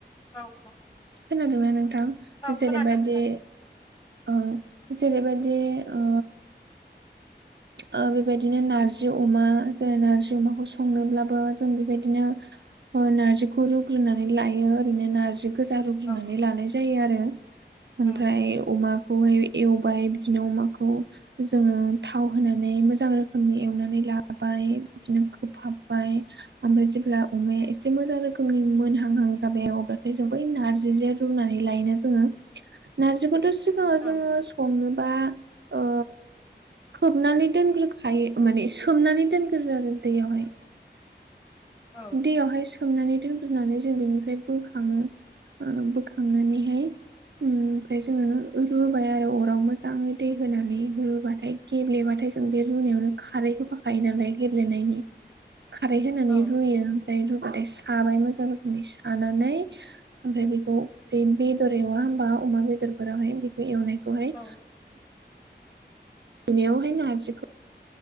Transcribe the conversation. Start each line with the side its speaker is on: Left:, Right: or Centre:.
Left: औ औ।
Right: खोनादोंना नोंथां?
Left: खोनादों
Right: जेरैबायदि
Left: खोनादों
Right: ओ जेरैबायदि ओ ओ बेबायदिनो नारजि अमा जाय नारजि अमाखौ संनोब्लाबो जों बेबायदिनो ओ नारजिखौ रुग्रोनानै लायो ओरैनो नारजि गोजा रुग्रुनानै
Left: औ
Right: लानाय जायो आरो ओमफ्राय
Left: ओं
Right: अमा खौहाय एवबाय बिदिनो अमाखौ जोङो थाव होनानै मोजां रोखोमनि एवनानै लाबाय बिदिनो खोहाबबाय। ओमफ्राय जेब्ला अमाया एसे मोजां रोखोमनि मोनहांहां जाबाय अब्लाथाय जों बै नारजि जे रुनानै लायोना जोङो नारजिखौथ' सि ङाव
Left: औ
Right: जोङो संनोबा ओ खोबनानै दोनग्रोखायो माने सोमनानै दोनगोरो आरो दैयावहाय।
Left: औ
Right: दैयावहाय सोमनानै दोनग्रोनानै जों बिनिफ्राय बोखाङो ओ बोखांनानैहाय ओम ओमफ्राय जोङो रुबाय आरो अराव मोजाङै दै होनानै रुबाथाय गेब्लेबाथाय जों बे रुनायावनो खारै होफाखायो नालाय गेब्लेनायनि।
Left: <inaudible>
Right: खारै होनानै
Left: औ
Right: रुयो ओमफ्राय रुुबाथाय साबाय मोजां रोखोमनि सानानै ओमफ्राय बेखौ जे बेदर एवा होमबा अमा बेदरफोरावहाय बेखौ एवनायखौहाय
Left: औ
Right: एवनायावहाय नारजिखौ